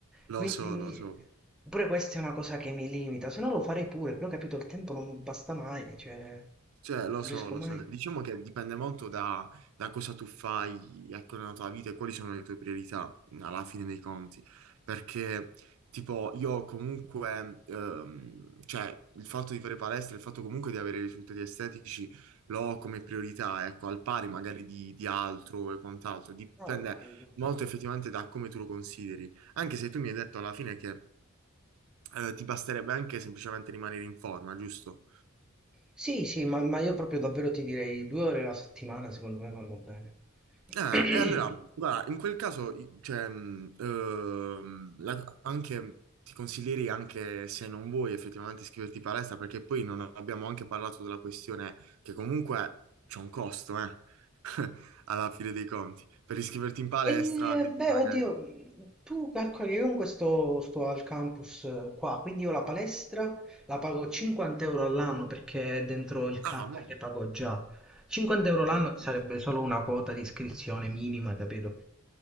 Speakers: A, on the right (about 70°); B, in the centre.
A: Lo
B: Quindi
A: so, lo so.
B: pure questa è una cosa che mi limita, se no lo farei pure, però capito, il tempo non mi basta mai, cioè,
A: Cioè, lo
B: non
A: so,
B: riesco
A: lo
B: mai.
A: so. Diciamo che dipende molto da, da cosa tu fai, a qual è la tua vita e quali sono le tue priorità, alla fine dei conti. Perché, tipo, io comunque, ehm, cioè, il fatto di fare palestra, il fatto comunque di avere risultati estetici, lo ho come priorità, ecco, al pari magari di, di altro e quant'altro. Dipende
B: No, ormai-
A: molto effettivamente da come tu lo consideri. Anche se tu mi hai detto alla fine che, eh, ti basterebbe anche semplicemente rimanere in forma, giusto?
B: Sì, sì, ma, ma io proprio davvero ti direi due ore alla settimana, secondo me vanno bene. <clears throat>
A: Eh, e allora, guarda, in quel caso, i- cioè, mh, ehm, la- anche, ti consiglierei anche se non vuoi effettivamente iscriverti in palestra, perché poi non abbiamo anche parlato della questione che comunque c'è un costo, eh, <laughs> alla fine dei conti. Per iscriverti in palestra
B: E
A: devi
B: beh,
A: pagare.
B: oddio, tu calcoli, io comunque sto, sto al campus eh, qua, quindi io la palestra la pago 50 euro all'anno perché è dentro il canone
A: Ah, no,
B: che pago già. 50 euro l'anno
A: bellissimo.
B: sarebbe solo una quota di iscrizione minima, capito?